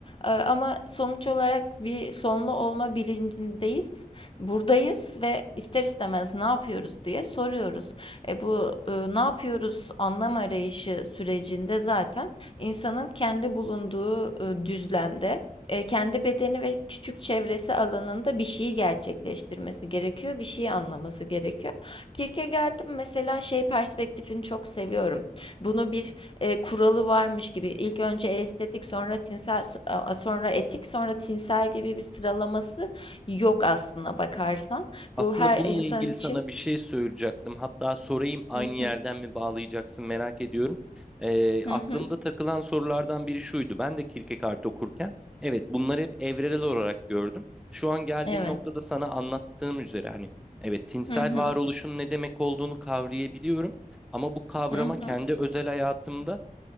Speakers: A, on the left; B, in the centre.
A: Eee, ama sonuç olarak bir sonlu olma bilincindeyiz. Buradayız ve ister istemez ne yapıyoruz diye soruyoruz. E bu e, ne yapıyoruz anlam arayışı sürecinde zaten insanın kendi bulunduğu e, düzlemde, e, kendi bedeni ve küçük çevresi alanında bir şeyi gerçekleştirmesi gerekiyor, bir şeyi anlaması gerekiyor. Kierkegaard'ın mesela şey perspektifini çok seviyorum. Bunu bir e, kuralı varmış gibi ilk önce estetik sonra tinsel so- sonra etik sonra tinsel gibi bir sıralaması yok aslına bakarsan.
B: Aslında
A: Bu her
B: bununla
A: insan
B: ilgili sana
A: için
B: bir şey söyleyecektim. Hatta sorayım aynı
A: Hı
B: yerden
A: hı,
B: mi bağlayacaksın merak ediyorum. Ee,
A: hı
B: aklımda
A: hı,
B: takılan sorulardan biri şuydu. Ben de Kierkegaard okurken evet bunları hep evrelel olarak gördüm. Şu an geldiğim
A: evet
B: noktada sana anlattığım üzere hani evet tinsel
A: hı hı,
B: varoluşun ne demek olduğunu kavrayabiliyorum. Ama bu kavrama
A: hı
B: kendi
A: hı.
B: özel hayatımda